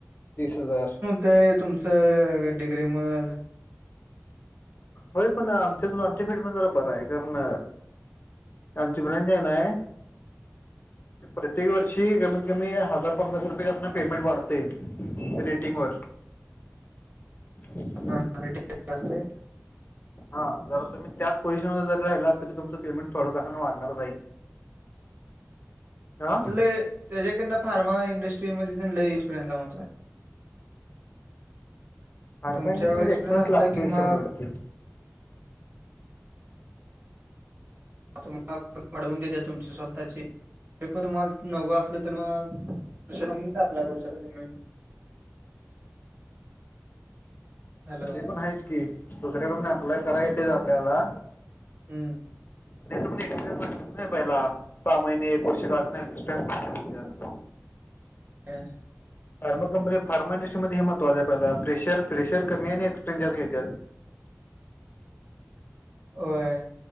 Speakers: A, on the left; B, on the right.
A: तीस हजार.
B: ते तुमचं डिग्री म्ह.
A: होय पण आमच्या आमच्या फिड म जरा बर आहे कारण. आमची प्रणजय ना आहे. प्रत्येक वर्षी कमीत कमी हजार पन्नास रुपये कर असना पेमेंट वाढते रेटिंग वर. ह.
B: ह असते
A: हा जरा तुम्ही त्याच पोझिशन वध्ये जरी राहिला तरी तुमचं पेमेंट थोडं कसा वाढणारच आहे. हा
B: त त्याच्याक फार्मा इंडस्ट्री म त्यां एक्सपिरियन्स लात.
A: अरा
B: तुमच्याकडे
A: म इंटजक्सपिरयनस
B: एक्सपिरियन्स असला
A: लातो
B: की मग
A: शभर टक्के.
B: मलाडवून देते तुमची स्वतःची पण त मला नवं असलं तर मग त रम अ्लाय करू शकता तुम्ही? हॅलो
A: पण आहेच की दुसऱ्याकड अप्लाय करा येतच आपल्याला
B: हम्म
A: त्याच पण एक नाही पहिला सा महिने पोका एक्सपरियन्स नाहीणतत
B: ह
A: फार्मा कंपनी फार्मा इंडस्ट्रीमध्येध्ये हे महत्वां आहे पल्याला फेशर फ्रेशर कमी आणि एक्पिरें्स घेते.
B: होय